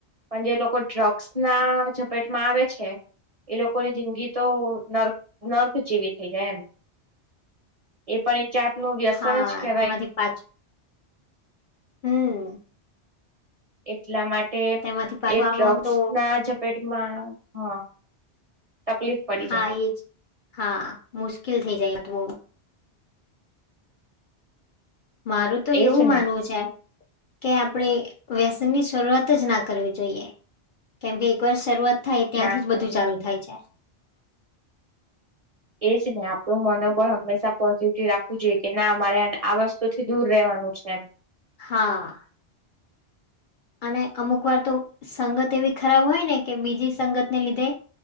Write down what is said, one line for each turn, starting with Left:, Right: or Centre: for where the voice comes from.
Right: પણ જે લોકો ડ્રગ્સ ના ઝપેટમાં આવે છે. એ લોકોની જિંદગી તો નર્ક નર્ક જેવી થઈ જાય એમ. એ પણ એક જાત નું વ્યસન
Left: હા
Right: જ કહેવાય.
Left: તેમાંથી પાછું હમ.
Right: એટલા માટે,
Left: તેમાંથી પાછું
Right: એ ડ્રગ્સ
Left: આવવાનું તો
Right: ના ઝપેટમાં હા. તકલીફ પડી
Left: હા
Right: જાય
Left: એજ, હા મુશ્કેલ થઇ જાય તો બહ. <inaudible> મારું તો
Right: એજ
Left: એવું માનવું
Right: ને
Left: છે, કે આપડે વ્યસનની શરૂઆત જ ના કરવી જોઈએ, કેમકે એકવાર શરૂઆત થાય ત્યાંથી
Right: ના કરવી
Left: જ બધું ચાલુ
Right: જોઈએ
Left: થાય છે.
Right: એજ ને આપણું મનોબળ હંમેશા પોઝિટિવ રાખવું જોઈએ કે ના મારે આ વસ્તુ થી દૂર રહેવાનું છે. વ્યસન.
Left: હા. અને અમુક વાર તો સંગત એવી ખરાબ હોય ને કે બીજી સંગતને લીધે